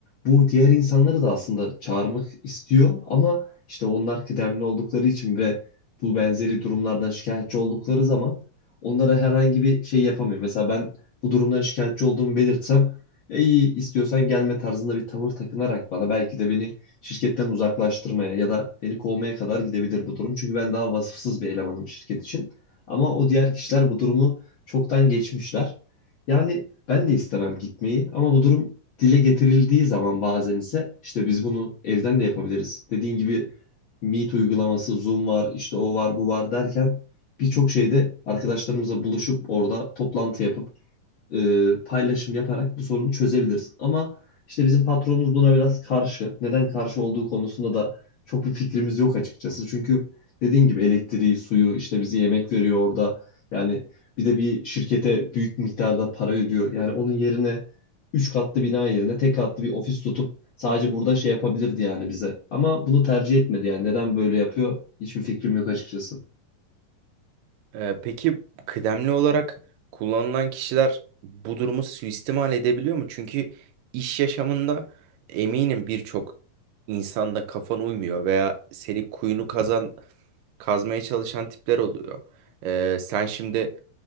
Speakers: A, on the left; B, on the right.
A: Bu diğer insanları da aslında çağırmak istiyor ama işte onlar kıdemli oldukları için ve bu benzeri durumlardan şikayetçi oldukları zaman onlara herhangi bir şey yapamıyor. Mesela ben bu durumdan şikayetçi olduğumu belirtsem "E, iyi istiyorsan gelme tarzında bir tavır takınarak bana belki de beni şirketten uzaklaştırmaya ya da beni kovmaya kadar gidebilir bu durum. Çünkü ben daha vasıfsız bir elemanım şirket için. Ama o diğer kişiler bu durumu çoktan geçmişler. Yani ben de istemem gitmeyi ama bu durum dile getirildiği zaman bazen ise işte biz bunu evden de yapabiliriz. Dediğin gibi Meet uygulaması, Zoom var, işte o var, bu var derken birçok şeyde arkadaşlarımızla buluşup orada toplantı yapıp e, paylaşım yaparak bu sorunu çözebiliriz. Ama işte bizim patronumuz buna biraz karşı. Neden karşı olduğu konusunda da çok bir fikrimiz yok açıkçası. Çünkü dediğin gibi elektriği, suyu, işte bize yemek veriyor orada. Yani bir de bir şirkete büyük miktarda para ödüyor. Yani onun yerine 3 katlı bina yerine tek katlı bir ofis tutup sadece burada şey yapabilirdi yani bize. Ama bunu tercih etmedi yani. Neden böyle yapıyor? Hiçbir fikrim yok açıkçası.
B: Ee, peki kıdemli olarak kullanılan kişiler bu durumu suistimal edebiliyor mu? Çünkü iş yaşamında eminim birçok insanda kafan uymuyor veya seni kuyunu kazan kazmaya çalışan tipler oluyor. Ee, sen şimdi